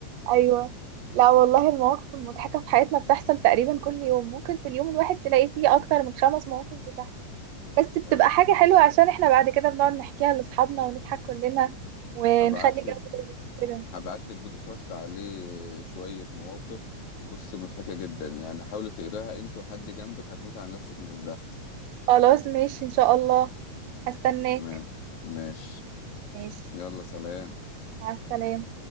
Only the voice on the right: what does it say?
أيوه لا والله المواقف المضحكة في حياتنا بتحصل تقريبا كل يوم ممكن في اليوم الواحد تلاقي فيه أكتر من خمس مواقف بتحصل بس بتبقى
حاجة حلوة عشان احنا بعد كده بنقعد نحكيها لأصحابنا ونضحك كلنا ونخلي
جو
لذيذ كده
خلاص ماشي ان شاء الله هستناك
ماشي
مع السلامة